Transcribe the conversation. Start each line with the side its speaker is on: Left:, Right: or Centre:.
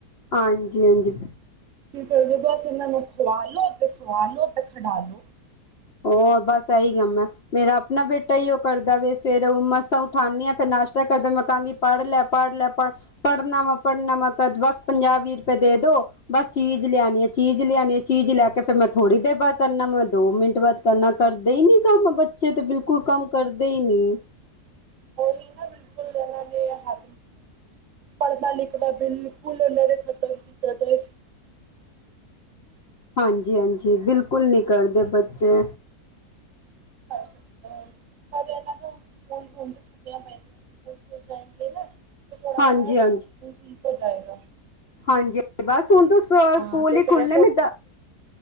Left: ਹਾਂਜੀ ਹਾਂਜੀ
Right: ਫਗਭ ਫਨੂੰ ਖੁਆਲੋ ਅਤੇ ਸੁਆਲੋ ਤਾਂ ਖਡਾਲ ਲੋ
Left: ਉਹ ਬਸ ਇਹੀ ਕੰਮ ਹੈ ਮੇਰਾ ਆਪਣਾ ਬੇਟਾ ਈਉਹ ਕਰਦਾ ਵੇ ਸਵੇਰੇ ਮਸਾਂ ਉਠਾਉਂਦੀ ਫਿਰਸ਼ ਕਰ ਮੈਂ ਕਾਂਗੀ ਪੜ੍ਹ ਲੈ ਪੜ੍ਹ ਲੈ ਪੜ ਪੜ੍ਹਨਾ ਵਾ ਪੜ੍ਹਨਾ ਵਾ ਕਰ ਬਸ ਪੰਜਾਹ ਵੀਹ ਰੁਪਏ ਦੇ ਦੋ ਬਸ ਚੀਜ਼ ਲਿਆਉਣੀ ਆ ਚੀਜ਼ ਲਿਆਣੀ ਚੀਜ਼ ਲਿਆ ਕੇ ਫਿਰ ਮੈਂ ਥੋੜੀ ਦੇਰ ਬਾਅਦ ਕਰਨਾ ਮੈਂ ਦੋ ਮਿੰਟ ਬਾਤ ਕਰਨਾ ਕਰਦੇ ਹੀ ਨੀ ਕੰਮ ਬੱਚੇ ਤਾਂ ਬਿਲਕੁਲ ਕੰਮ ਕਰਦੇ ਹੀ ਨੀ
Right: ਹੋਲੀ ਨਾ ਬਿਲਕੁਲ ਦੇਣਾਗੇ ਹ ਪੜਨਾਂ, ਲਿਖਣਾ, ਬਿਲਕੁਲ ਉਹਨਾਂ ਨੇ ਖਤਮ ਕੀਤਾ ਤੇ <unintelligible>
Left: ਹਾਂਜੀ--ਹਾਂਜੀ ਬਿਲਕੁਲ ਨੀ ਕਰਦੇ ਬੱਚੇ।
Right: ਅਛ ਹ <inaudible> ਇਹਨਾਂ ਤੋਂ ਹੁਣ ਸਕੂਲ ਹੁਣ ਤੇ ਛੁਕੀਆਂ ਪੈਦੀਆਂ ਸਕੂਲ ਖ ਜਾਏਗੇ ਨਾ <inaudible>
Left: ਹਾਂਜੀ-
Right: ਦਾ ਰੂਟੀਨ
Left: ਹਾਂਜੀ?
Right: ਠੀਕ ਹੋ ਜਾਏਗਾ?
Left: ਹਾਂਜੀ, ਬਸ ਹੁਣ ਤੋਂ
Right: ਹਾਂ
Left: ਸਕੂਲ
Right: ਤੇ
Left: ਹੀ
Right: ਫੇਰ
Left: ਖੁੱਲਣੇ ਨੇ